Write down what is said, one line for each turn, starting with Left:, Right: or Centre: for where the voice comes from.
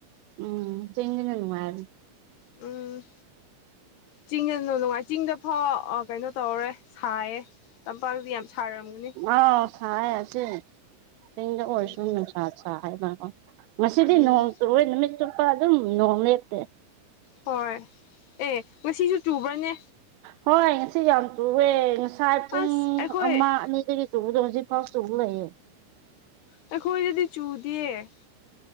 Right: ꯎꯝ ꯆꯅꯅꯅꯨꯡꯉꯥꯏꯅꯤ
Left: ꯎꯝ ꯆꯤꯡꯗ ꯅꯨꯡꯉꯥꯏ ꯆꯤꯡꯗ ꯐꯥꯎ ꯀꯩꯅꯣ ꯇꯧꯔꯦ ꯁꯥꯏꯌꯦ ꯇꯝꯄꯥꯛꯗꯨ ꯌꯥꯝ ꯁꯥꯔꯝꯒꯅꯤ
Right: ꯑꯥꯎ ꯁꯔꯁꯦ ꯆꯤꯡꯗ ꯑꯣꯏꯔꯁꯨ
Left: ꯎꯝ
Right: ꯅꯨꯡꯁꯥ ꯁꯥ ꯍꯥꯏꯕꯗꯣ ꯉꯗꯤ
Left: ꯎꯝ
Right: ꯅꯣꯡ ꯆꯨꯔꯣꯏ ꯅꯨꯃꯤꯠ ꯆꯨꯞꯄ ꯑꯗꯨꯝ ꯅꯣꯡ ꯂꯦꯞꯇꯦ
Left: ꯍꯣꯏ ꯑꯦ ꯉꯁꯤꯁꯨ ꯆꯨꯕ꯭ꯔꯅꯦ
Right: ꯍꯣꯏ ꯉꯁꯤ ꯌꯥꯝ ꯆꯨꯑꯦ ꯉꯁꯥꯏ ꯄꯨꯡ
Left: ꯑꯁ ꯑꯩꯈꯣꯏ
Right: ꯑꯃ ꯑꯅꯤꯗꯒꯤ ꯆꯗ ꯍꯧꯁꯤ ꯐꯥꯎ ꯆꯒꯎꯅꯑꯦ
Left: ꯅꯈꯣꯏꯗꯗꯤ ꯆꯨꯗꯦ